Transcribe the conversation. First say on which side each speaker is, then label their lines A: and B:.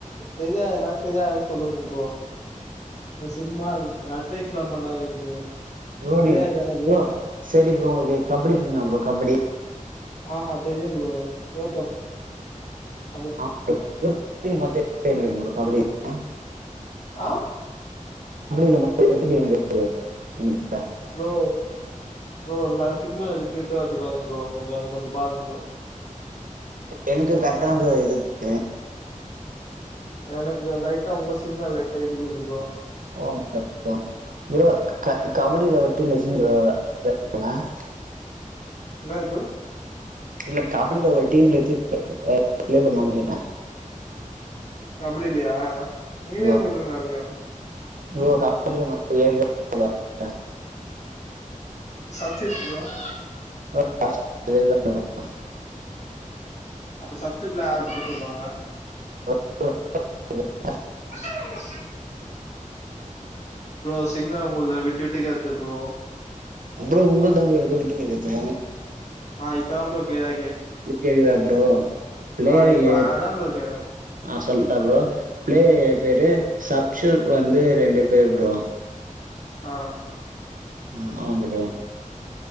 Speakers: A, on the left; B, on the right.
A: தெரியாதுனா தெரியாது சொல் சொல்லுங்க ப்ரோ சும்மா அட்வைஸ் எல்லா பண்ணாதீங்க ப்ரோ
B: ரோனி
A: தெரியாது
B: ப்புரோ
A: தான ப்ரோ
B: செரி ப்ரோ உங்களுக்கு கபடி தெரிமா ப்புரோ கபடி
A: ஆ தெரியும் ப்புரோ <unintelligible>
B: <unintelligible>
A: ஆ
B: அப்டி இல்ல <unintelligible>
A: ப்புரோ ப்புரோ ல சிக்னல் விட்டுட்டா வருது பாருங்க ப்புரோ கொஞ்சோ அது கொஞ்சு பாருங்கு ப்புரோ
B: எனக்கு கரக்ட்டா ப்புரோ <unintelligible>
A: எனக்கு லைட்டா உங்க சிக்னல் லைட்டா இடிக்கிது ப்ரோ
B: <unintelligible> ப்ரோ க கபடியில வந்ண்டு <unintelligible>
A: என்னது ப்ரோ
B: இல்ல கபடியில்ல ஒரு டீம்லேத்தி <unintelligible> என்ன ப்ளே பண்ணுவாங்னு கேட்டே
A: கபடியில்லியா நீங்களே
B: ப்ரோ
A: சொல்றீங்களா அதையு
B: ப்ரோ <unintelligible>
A: சப்சிடியூட்
B: <unintelligible>
A: அப்ப சப்சுட்டுல யார் போக சொல்லுவாங்க
B: <unintelligible>
A: <unintelligible> ப்ரோ சிக்னல் உங்குல்து விட்டுட்டு கேக்குது ப்ரோ
B: உங்களது உங்குளுதா ப்புரோ விட்டு விட்டு கேக்குது
A: ஆ இப்பதா ப்ரோ கிளீயரா
B: இப்ப கேக்குதா ப்புரோ பிளேயர்
A: ஆ இப்ப
B: ஏப்
A: அதனால தா ப்ரோ கேக்குது
B: ஆ சொல்டா ப்புரோ பிளேயர் ஏப் பேரு சப்ஷுட் வந்து ரெண்டு பேரு ப்புரோ
A: ஆ
B: உம் ஆமா ப்ரோ